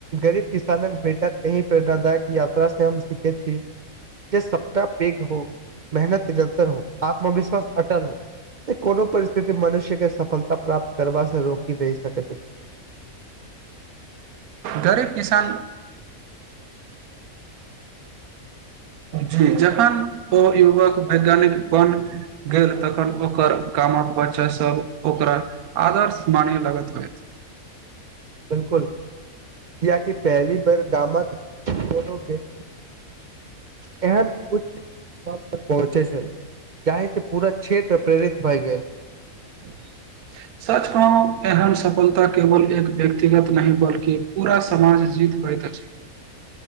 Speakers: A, on the right; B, on the right.
A: गरीब किसानक बेटा एहि प्रेरणादायक यात्रा से हम सीखेत छी ज सपता पेघ हो मेहनत निरन्तर हो आत्मविश्वास अटल हो ए कोनो परिस्थिति मनुष्य केँ सफलता प्राप्त करबा से रोकी नहि सकैत अछि
B: गरीब किसान जी जखन ओ युवक वैज्ञानिक बन गेल तखन ओकर कामक बच्चा सब ओकरा आदर्श मानी लगत होएत
A: बिल्कुल कियाकी पहली बेर गामक <unintelligible> हूँ एहन उच्च मुकाम तक पहुँचे छल जाहि से पूरा क्षेत प्रेरित भए गेल
B: <inaudible> सच कहूँ एहन सफलता केवल एक व्यक्तिगत नहि बल्कि पूरा स समाजीत होैत अछी